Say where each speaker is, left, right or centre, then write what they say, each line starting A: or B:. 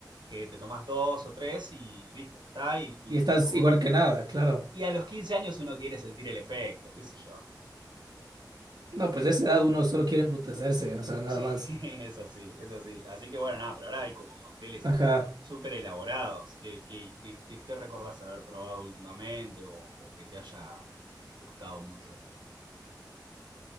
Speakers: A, on the right; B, on the right.
A: que te tomás dos o tres y listo, ya está. Y mm,
B: Y estás
A: es como
B: igual
A: que.
B: que nada, claro.
A: Y a los 15 años uno quiere sentir el efecto, qué sé yo.
B: No, pues de esa edad uno solo quiere embrutecerse, o sea, nada
A: Sí,
B: más.
A: <laughs> es así, es así. Así que bueno, nada, pero ahora hay como cócteles
B: Ajá.
A: súper elaborados. ¿Qué, qué, qué, qué- qué recordás haber probado últimamente o, o que te haya gustado mucho?